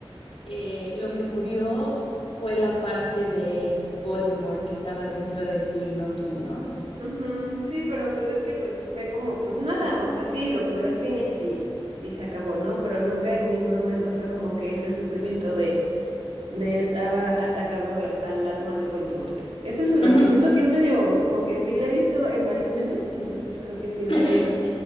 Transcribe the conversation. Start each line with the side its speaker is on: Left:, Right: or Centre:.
Left: eh, lo que murió fue la parte de Voldemort que estaba dentro de ti, no tú, ¿no?
Right: Ujú, Sí, pero pues ves que pues fue como, pues nada, o sea, sí, lo curó el Fénix y, y se acabó, ¿no? Pero nunca en ningún momento fue como que ese sufrimiento de, de estaba atacando el, al alma de Voldemort. Esa es una
Left: Ujú.
Right: que siento que es medio, como que sí la he visto en varios memes, entonces creo que sí es
Left: <laughs>
Right: medio,